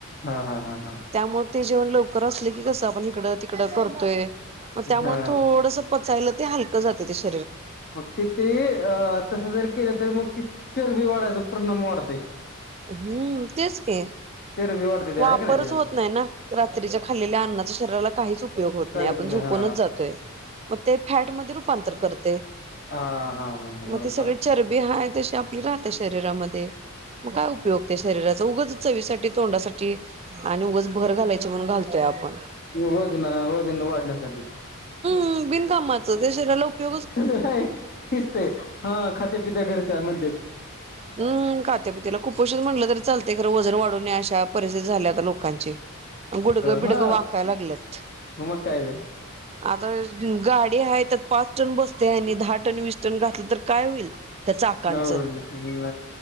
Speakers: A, on the left; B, on the right.
A: हा हा हा
B: त्यामुळे ते जेवण लवकर असलं की कसं आपण इकडं, तिकडं करतोय म त्यामुळे
A: हा
B: थोडसं <unintelligible> ते हलं जात श
A: मग तिथ अ तसं जर केलं तर मग ति चरबी, वाढायच परिणाम वाढतय.
B: हम्म तेच की
A: चरबी वाढते ते
B: वापरच
A: आहे का नाही त्यानाच
B: होत नाइ ना रात्रीच्या, खालेल्या अन्नाच्या शरीराला. काहीच उपयोग होत
A: काय
B: नाइ आपण
A: बी नाही
B: झोपूनच
A: हा
B: जातोय. मग ते फॅट म रूपांतर, करते
A: हा हा हा
B: म
A: बरोबर
B: ति सगळी, चरबी हाम तश्या ती राहते शरीरामध्ये, मग काय उपयोग त्या शरीराच उगंच चवीसाठी तोंडासाठी आणि उगच भर घालायची म्हणून, घालतोय आपण.
A: वजना वजन वाढण्यासाठी.
B: अम्म बिनकामाच जे शरीराला उपयोग
A: तस नाही <unintelligible> ते हा खात्यापित्या घरचा हाय म्हनते.
B: हम्म काात्यापितीला कुपोषित म्हटलं तरी लते खरं वजन वाढू नये अशा परिस्थिती झाल्या आता लोकांची. गुडगं बिडगं
A: हा
B: वाकाय लागल्यात.
A: मग काय ते
B: आता गाडी आहे त्यात पाच टन बसते आणि आणि दहा टन वीस टन घातलं तर काय होईल? त्या चाकांचं
A: <unintelligible> हम्म